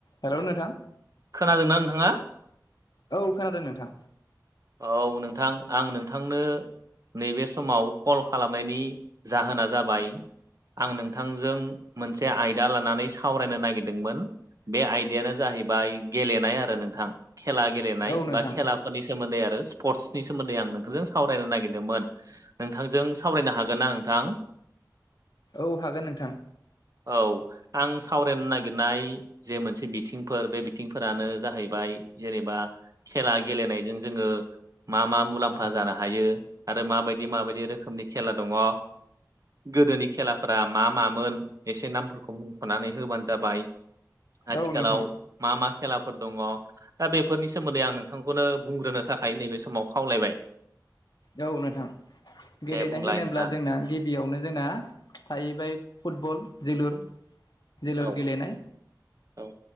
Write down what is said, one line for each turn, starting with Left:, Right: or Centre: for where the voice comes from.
Left: हेल' नोंथां
Right: खोनादोंना नोंथाङा?
Left: औ खोनादों नोंथां
Right: औ नोंथां आं नोंथांनो नैबे समाव कल खालामनायनि जाहोना जाबाय आं नोंथांजों मोनसे आयदा लानानै सावरायनो नागिरदोंमोन बे आयदायानो जाहैबाय गेलेनाय आरो नोंथां खेला गेलेनाय
Left: औ नोंथां
Right: बा खेलाफोरनि सोमोन्दै आरो स्पर्ट्सनि सोमोन्दै आं नोंखौजों सावरायनो नागिरदोंमोन। नोंथांजों सावरायनो हागोन ना नोंथां?
Left: औ हागोन नोंथां।
Right: औ आं सावरायनो नागिरनाय जे मोनसे बिथिंफोर बे बिथिंफोरानो जाहैबाय जेनेबा खेला गेलेनायजों जोङो मा मा मुलाम्फा जानो हायो आरो माबायदि माबायदि रोखोमनि खेला दङ गोदोनि खेलाफोरा मा मामोन? एसे नामफोरखौ मुंख'नानै होबानो जाबाय। आथिखालाव
Left: औ नोंथां
Right: मा मा खेलाफोर दङ दा बेफोरनि सोमोन्दै आं नोंथांखौनो बुंग्रोनो थाखाय नैबे समाव खावलायबाय।
Left: औ नोंथां गेलेनाय
Right: दे बुंलाय
Left: होनोब्ला
Right: नोंथाङा
Left: जोंना गिबियावनो जोंना थाहैबाय फुटबल जोलुर जोलुर
Right: औ
Left: गेलेनाय।
Right: औ